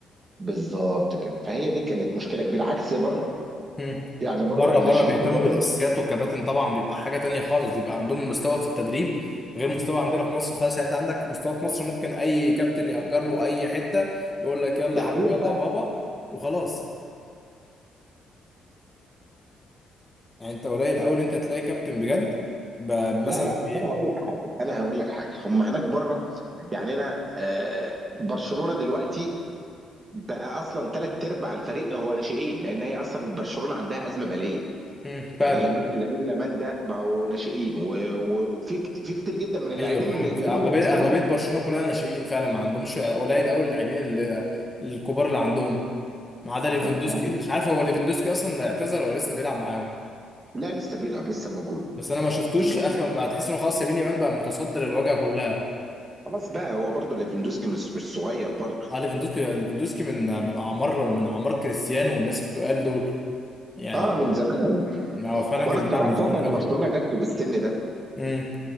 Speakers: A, on the right; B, on the left.
A: بالظبط كده فهي دي كانت مشكله كبيره عكس بره
B: هم.
A: يعني بره
B: بره
A: الناشئين
B: بره بيهتموا
A: بره
B: بالاساسيات والكباتن طبعا بيبقى حاجه تانية خالص بيبقى عندهم المستوى في التدريب غير مستوى عندنا في مصر خالص يعني انت عندك مستوى في مصر ممكن اي كابتن يأجر له اي حته يقول لك يلا
A: ده
B: يا
A: حقيقه
B: حبيبي يلا يا بابا وخلاص يعني انت قليل قوي ان انت هتلاقي كابتن بجد ب-
A: لا
B: مثلا
A: لا
B: بي...
A: بس انا هقول لك حاجه انا هقول لك حاجه هم هناك بره يعني انا آه، برشلونه دلوقتي بقى اصلا ثلاث ارباع الفريق هو ناشئين لان هي اصلا برشلونه عندها ازمه ماليه
B: مم.
A: يعني
B: فعلا
A: لامين لامين لامال ده بقوا ناشئين و- و- وفي كت- في كتير جدا من اللاعبين
B: ايوه فعلا في
A: جايين
B: اغلبيه
A: ناشئين
B: اغلبيه برشلونه كلها ناشئين فعلا ما عندهمش قليل قوي اللاعبين اللي... الكبار اللي عندهم ما عدا ليفاندوسكي
A: ف- فاهمين
B: مش عارف هو ليفاندوسكي اصلا اعتزل ولا لسه بيلعب معاهم
A: لا لسه بيلعب لسه موجود
B: بس انا ما شفتوش
A: بجد
B: اخر ما هتحس انه خلاص يمين يمان بقى متصدر الواجهه كلها
A: خلاص بقى هو برضه ليفاندوسكي مش مش صغير برضه
B: اه ليفاندوسكي ليفاندوسكي من من اعمار من اعمار كريستيانو والناس التقال دول يعني
A: اه من زمان
B: هو فعلا كان
A: وانا استغربت
B: بيلعب من زمان
A: اصلا
B: قوي
A: ان برشلونه جابته بالسن ده
B: امم